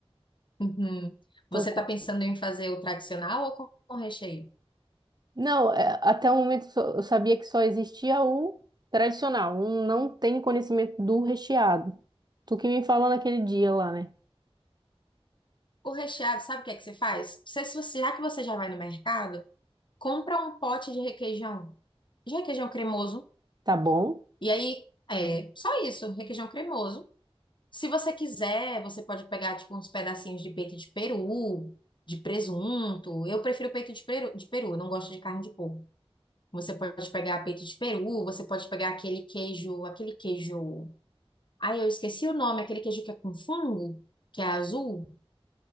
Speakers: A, on the left (about 50°); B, on the right (about 40°).
A: Uhum.
B: Tô
A: Você
B: co-
A: está pensando em fazer o tradicional ou com com recheio?
B: Não, é, até o momento só- eu sabia que só existia o tradicional. Um Não tenho conhecimento do recheado. Tu que me falou naquele dia lá, né?
A: O recheado, sabe o que é que você faz? Você, se você, já que você já vai no mercado, compra um pote de requeijão, de requeijão cremoso,
B: Tá bom?
A: e aí é só isso, requeijão cremoso. Se você quiser, você pode pegar tipo uns pedacinhos de peito de peru, de presunto. Eu prefiro peito de peru, de peru, eu não gosto de carne de porco. Você pode pegar peito de peru, você pode pegar aquele queijo, aquele queijo. Ai, eu esqueci o nome, aquele queijo que é com fungo, que é azul,